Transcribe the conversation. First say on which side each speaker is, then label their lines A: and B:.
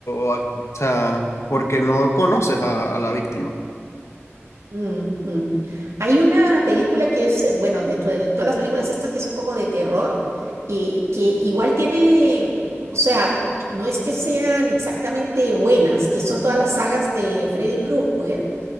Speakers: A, on the left; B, on the right.
A: o a- o sea, porque no conoces a, a la víctima.
B: Mm, mm. Hay una película que es, eh, bueno, dentro de todas las películas estas que son como de terror, y que igual tiene, o sea, no es que sean exactamente buenas, que son todas las sagas de Freddy Krueger,